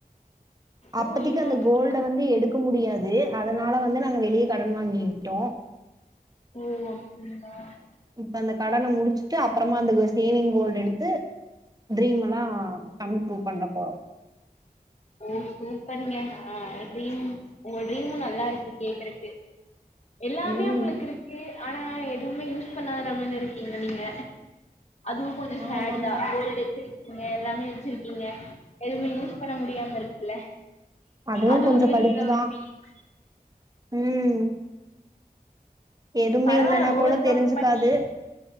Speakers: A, on the right (about 25°); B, on the left (about 45°).
A: அப்பத்திக்கு
B: ஓ என்னாச்சுங்க
A: அந்த கோல்ட வந்து எடுக் க முடியாது அதனால வந்து நாங்க வெளியே கடன் வாங்கிட்டோ
B: ஒ அப்டிங்களா
A: இப்ப அந்த கடன முடிச்சுட்டு அப்பறமா அந்த சேவிங் கோல்ட எடுத்து ட்ரீம் எல்லா <unintelligible> பண்ண போறோ
B: ஓ சூப்பருங்க ஆ ட்ரீம் உங்க ட்ரீமும் நல்லா இருக்கு கேக்குறக்கு எல்லாமே
A: ம்
B: உங்களுக்கு இருக்கு ஆனா எதுமே யூஸ் பண்ணாத நிலமையில இருக்கீங்க நீங்க அதுவு கொஞ்ச சேட்
A: ஆமாங்க
B: தா கோல்ட் வச்சிருக்கீங்க எல்லாமே வச்சிருக்கீங்க எதுவுமே யூஸ் பண்ண முடியாம இருக்குல
A: அதுவு
B: அது
A: கொஞ்சோ
B: ஒரு விதத்துல
A: கடுப்புதா
B: ஒரு பீலிங்
A: ம் எதுவுமே
B: பரவாயில்ல
A: இல்லன்னா
B: ஓவர்
A: கூட
B: கம்
A: தெரிஞ்சுக்காது
B: பண்ணி